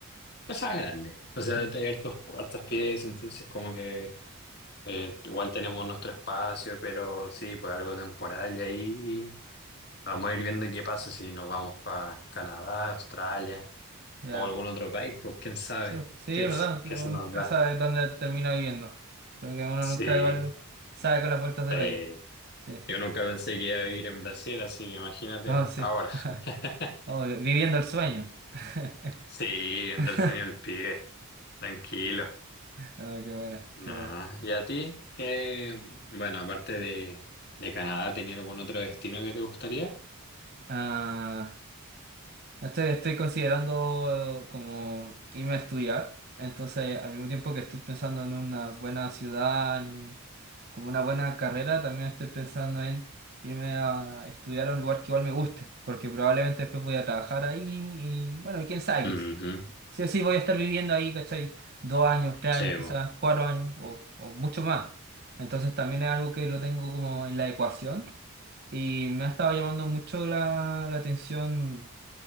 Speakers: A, on the left (about 50°); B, on the right (about 45°).
A: casa grande, o sea,
B: Ya,
A: hay hartos, hartas piezas, entonces como que eh, igual tenemos nuestro espacio, pero sí, pues algo temporal y ahí vamos a ir viendo qué pasa si nos vamos para Canadá, Australia
B: ya.
A: o algún otro país, pues quién sabe
B: Sí, sí,
A: qué,
B: es verdad, que
A: qué
B: uno
A: se nos
B: nunca
A: da.
B: sabe dónde termina viviendo. Creo que uno
A: Sí.
B: nunca igual sabe con las vueltas de
A: sí,
B: la vida. Sí.
A: Yo nunca pensé que iba a vivir en Brasil, así que imagínate
B: No, sí.
A: ahora.
B: <laughs>
A: <laughs>
B: Oh, viviendo el sueño. <laughs>
A: Sí, andarse
B: <laughs>
A: en el pibe, tranquilo.
B: Oh, qué buenas,
A: No.
B: qué buenas.
A: ¿Y a ti? ¿Qué, bueno, aparte de, de Canadá, ¿tenía algún otro destino que te gustaría?
B: Ah, estoy, estoy considerando eh, como irme a estudiar, entonces al mismo tiempo que estoy pensando en una buena ciudad, en un- como una buena carrera, también estoy pensando en irme a estudiar a un lugar que igual me guste, porque probablemente después voy a trabajar ahí y bueno, quién sabe,
A: Ujú,
B: Sí o sí voy a estar viviendo ahí, ¿cachai? Dos años, tres años,
A: Sí,
B: quizás
A: bo.
B: cuatro años o, o mucho más. Entonces también es algo que lo tengo como en la ecuación y me ha estado llamando mucho la, la atención